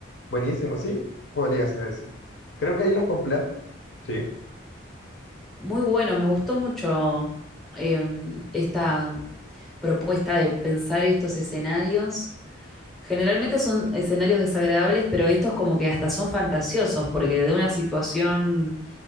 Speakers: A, on the left; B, in the centre.
A: buenísimos, sí, podría ser así. Creo que ahí las completo, sí.
B: Muy bueno, me gustó mucho eh, esta propuesta de pensar estos escenarios. Generalmente son escenarios desagradables, pero estos como que hasta son fantasiosos, porque de una situación